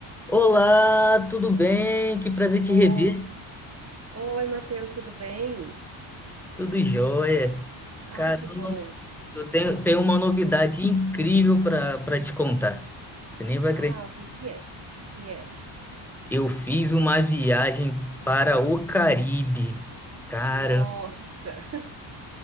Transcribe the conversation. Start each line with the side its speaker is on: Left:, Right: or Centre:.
Centre: Olá, tudo bem? Que prazer te
Right: Oi.
Centre: rever.
Right: Oi, Matheus, tudo bem?
Centre: Tudo jóia.
Right: Ai,
Centre: Caramba,
Right: que bom.
Centre: eu tenho, tenho uma novidade incrível para para te contar. Você nem vai
Right: Ah,
Centre: acreditar.
Right: o que que é? O que é?
Centre: Eu fiz uma viagem para o Caribe. Cara,
Right: Nossa! <laughs>